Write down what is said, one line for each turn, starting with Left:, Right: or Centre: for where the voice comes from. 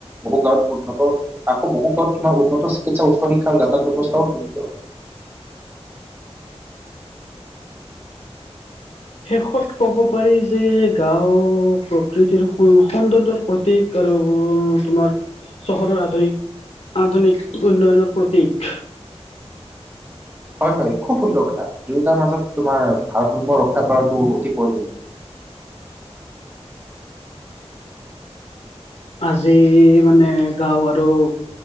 Right: বহু গাঁওত উন্নত, আকৌ বহু গাঁৱত তোমাৰ উন্নত চিকিৎসা উচ্চ শিক্ষাৰ যাতায়াত ব্যৱস্থাও <unintelligible>
Left: শেষত ক'ব পাৰি যে গাঁও প্ৰকৃতিৰ সৌন্দৰ্যৰ প্ৰতীক, আৰু তোমাৰ চহৰৰ আধুনিক আধুনিক উন্নয়নৰ প্ৰতীক।
Right: হয় হয়, খুব সুন্দৰ কথা দুয়োটাৰ মাজত তোমাৰ ভাৰসাম্য ৰক্ষা কৰাটো অতি প্ৰয়োজন।
Left: আজি মানে গাওঁ আৰু